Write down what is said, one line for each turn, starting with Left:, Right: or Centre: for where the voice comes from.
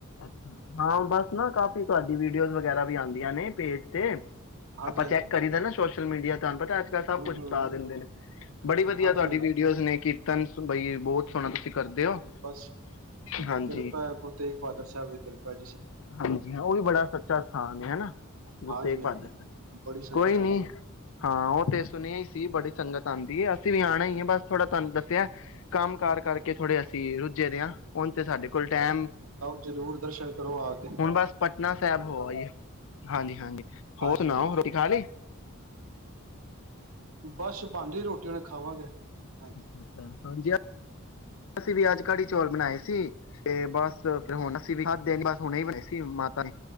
Left: ਅੱ ਹਾਂ ਬਸ ਨਾ ਕਾਫੀ ਤੁਹਾਡੀ ਵੀਡੀਓਜ਼ ਵਗੈਰਾ ਵੀ ਆਉਂਦੀਆਂ ਨੇ ਪੇਜ ਤੇ
Right: ਹਾਂਜੀ
Left: ਆਪਾਂ
Right: ਹਾਂਜੀ
Left: ਚੈੱਕ ਕਰੀ ਦ ਨਾ ਸੋਸ਼ਲ ਮੀਡੀਆ ਤੁਹਾਨੂੰ ਪਤਾ ਅੱਜ ਕੱਲ ਸਭ
Right: ਹੂੰ
Left: ਕੁਛ
Right: ਹੂੰ
Left: ਕਰ ਦਿੰਦੇ ਨੇ ਬੜੀ ਵਧੀਆ
Right: ਹਾਂਜੀ
Left: ਤੁਹਾਡੀ ਵੀਡੀਓਜ਼ ਨੇ ਕੀ ਤਨ ਬਾਈ ਬਹੁਤ ਸੋਹਣਾ ਤੁਸੀਂ ਕਰਦੇ
Right: ਹਾਂਜੀ
Left: ਹੋ
Right: ਬਸ
Left: ਹਾਂਜੀ
Right: ਕਿਰਪਾ ਹੈ ਗੁਰੂ ਤੇਗ ਬਹਾਦਰ ਸਾਹਿਬ ਦੀ ਕਿਰਪਾ ਜੀ
Left: ਹਾਂਜੀ ਹਾਂ ਉਹ ਵੀ ਬੜਾ ਥਾਂ ਨੇ ਹਨਾ। ਗੁਰੂ
Right: ਹਾਂਜੀ
Left: ਤੇਗ ਬਹਾਦਰ
Right: ਹਾਂਜੀ ਬੜੀ ਸੰਗਤ
Left: ਕੋਈ ਨੀ
Right: ਆਉਂਦੀ ਉੱਥੇ
Left: ਹਾਂ ਉਹ ਤੇ ਸੁਣਿਆ ਹੀ ਸੀ ਬੜੀ ਸੰਗਤ ਆਉਂਦੀ ਹੈ ਅਸੀਂ ਵੀ ਆਉਣਾ ਹੀ ਏ। ਬਸ ਥੋੜਾ ਤੁਹਾਨੂੰ ਦੱਸਿਆ ਕੰਮ ਕਾਰ ਕਰਕੇ ਕੇ ਥੋੜੇ ਅਸੀਂ ਰੁੱਝੇ ਦੇ ਹਾਂ ਹੁਣ ਤੇ ਸਾਡੇ ਕੋਲ ਟਾਈਮ
Right: ਜ਼ਰੂਰ ਦਰਸ਼ਨ ਕਰੋ ਆ ਕੇ
Left: ਹੁਣ ਬਸ ਪਟਨਾ ਸਾਹਿਬ ਹੋ ਆਈਏ ਹਾਂਜੀ ਹਾਂਜੀ ਹੋਰ
Right: ਹਾਂਜੀ
Left: ਸੁਣਾਓ
Right: ਹਾਂਜੀ
Left: ਰੋਟੀ ਖਾ ਲਈ
Right: ਬਸ ਬਣਦੀ ਰੋਟੀ ਉਹਨੇ ਖਾਵਾਂਗੇ ਹਾਂਜੀ
Left: ਅੱਛਾ ਅੱਛਾ ਹਾਂਜੀ ਹਾਂ ਅਸੀਂ ਵੀ ਅੱਜ ਕੜੀ ਚੌਲ ਬਣਾਏ ਸੀ ਤੇ ਬਸ ਫਿਰ ਹੁਣ ਅਸੀਂ ਵੀੱ ਖਾਂਦੇ ਨ, ਬਸ ਹੁਣੇ ਬਣਾਏ ਸੀ ਮਾਤਾ ਨੇ